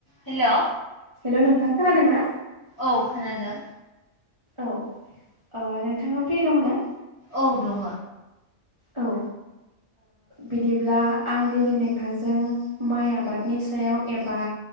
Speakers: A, on the left; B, on the right.
A: हेल'
B: हेल' नोंथां, खोनादों ना?
A: औ खोनादों
B: औ ओ नोंथाङा फ्रि दङ ना?
A: औ दङ
B: औ ओ बिदिब्ला आं दिनै नोंथांजों माइ आबादनि सायाव एबा